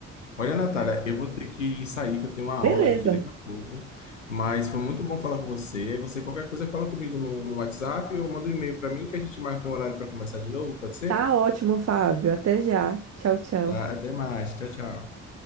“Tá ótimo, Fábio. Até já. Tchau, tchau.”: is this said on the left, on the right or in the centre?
Right